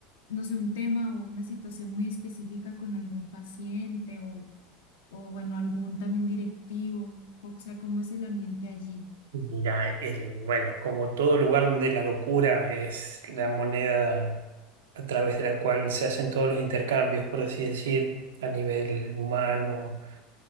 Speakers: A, on the left; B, on the right.
A: no sé, un tema o una situación muy específica con algún paciente o, o bueno, algún también directivo, o sea, ¿cómo es el ambiente allí?
B: Mira, el, bueno, como todo lugar donde la locura es la moneda a través de la cual se hacen todos los intercambios, por así decir, a nivel humano,